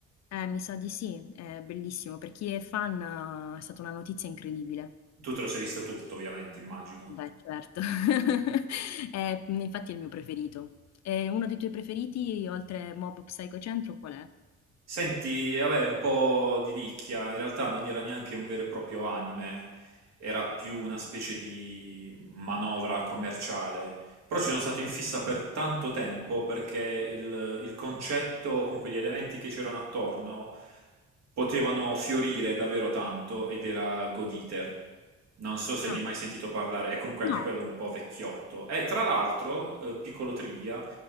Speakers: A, on the left; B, on the right.
A: Eh, mi sa di sì, è bellissimo. Per chi è fan eh, è stata una notizia incredibile.
B: Tu te lo sei visto tutto, ovviamente, immagino.
A: Beh, certo. <laughs> È mhmm, infatti è il mio preferito. E uno dei tuoi preferiti oltre Mob Psycho 100 qual è?
B: Senti, vabbè, è un po' di nicchia. In realtà non era neanche un vero e proprio anime, era più una specie di manovra commerciale. Però ci sono stato in fissa per tanto tempo perché il, il concetto, o comunque gli elementi che c'erano attorno, potevano fiorire davvero tanto ed era God Eater. Non so se
A: Ah.
B: ne hai mai sentito parlare, è comunque
A: No.
B: anche quello un po' vecchiotto. E tra l'altro, eh, piccolo trivia,